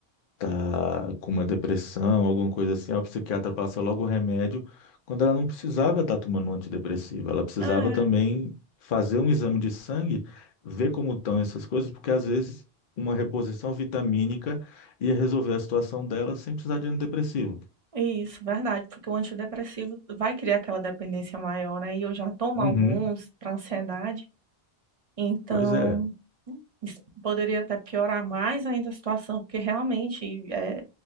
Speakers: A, on the left; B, on the right.
A: tá com uma depressão, alguma coisa assim. Aí o psiquiatra passa logo o remédio, quando ela não precisava estar tomando um antidepressivo, ela precisava
B: É.
A: também fazer um exame de sangue, ver como estão essas coisas, porque às vezes uma reposição vitamínica ia resolver a situação dela sem precisar de antidepressivo.
B: Isso, verdade, porque o antidepressivo vai criar aquela dependência maior, né? E eu já tomo
A: Uhum.
B: alguns para ansiedade, então
A: Pois é,
B: isso poderia até piorar mais ainda a situação, porque realmente é,